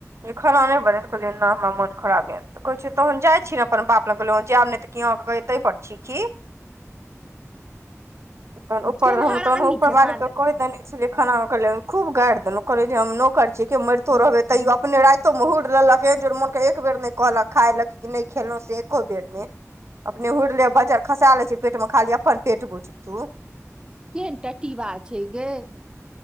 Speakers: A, on the right; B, on the right.
A: जे खाना नहि बनलै कहलियै ने हमरा मोन खराब आइ तऽ कहै छै तहन जाइ छी ने अपन बाप लग कहलहुँ जायब नहि तऽ क अहाँके कहै ताहिपर छी की तहन ऊपर
B: सेन
A: हम
B: हड़ामी
A: तहन ऊपर
B: छै
A: मालिकके
B: म
A: कहि देने छलियै खाना खूब गारिेदेहुलै जे हम कहि देलियै जे नौकरी छियै के मरितो रहबै तैयो अपने राति क महुड़ि लेलक एक जो मोने एक बेर नहि कहलक खाय लक नहि खेलहु से एको बेर नै अपने हुड़ि लेये बजर खसा ले छै पेट मे खाली अपन पेट बुछ तु
B: केहन टटीबा छै ग